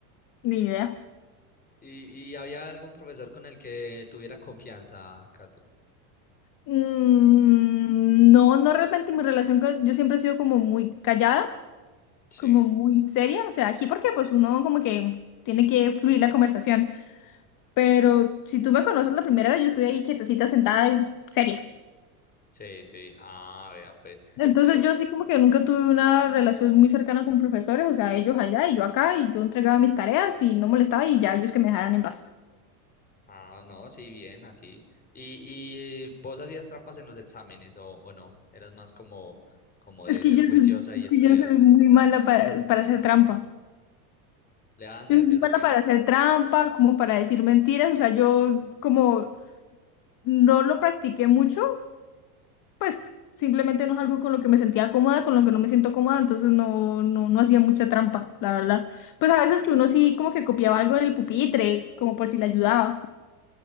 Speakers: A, on the left; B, on the left.
A: Ni idea.
B: Y, y había algún profesor con el que tuviera confianza, Catherine.
A: Mm, no, no realmente mi relación con... Yo siempre he sido como muy callada,
B: Sí,
A: como muy seria. O sea, aquí porque pues uno como que tiene que fluir la conversación. Pero si tú me conoces la primera vez, yo estoy ahí quietecita, sentada y seria.
B: sí, sí. Ah, vea, pues.
A: Entonces
B: eh,
A: yo sí como que nunca tuve una relación muy cercana con profesores, o sea, ellos allá y yo acá, y yo entregaba mis tareas y no molestaba y ya ellos que me dejaran en paz.
B: ah, no, sí, bien, así. ¿Y, y vos hacías trampas en los exámenes o, o no? Eras más como, como
A: Es
B: de
A: que
B: ser
A: yo
B: juiciosa
A: soy,
B: y
A: es
B: estudiar.
A: que yo soy muy mala para, para hacer trampa.
B: ¿Le daban nervios
A: Yo soy muy mala
B: o qué?
A: para hacer trampa, como para decir mentiras, o sea, yo como no lo practiqué mucho, pues simplemente no es algo con lo que me sentía cómoda, con lo que no me siento cómoda, entonces no, no, no hacía mucha trampa, la verdad. Pues a veces que uno sí como que copiaba algo en el pupitre, como por si le ayudaba.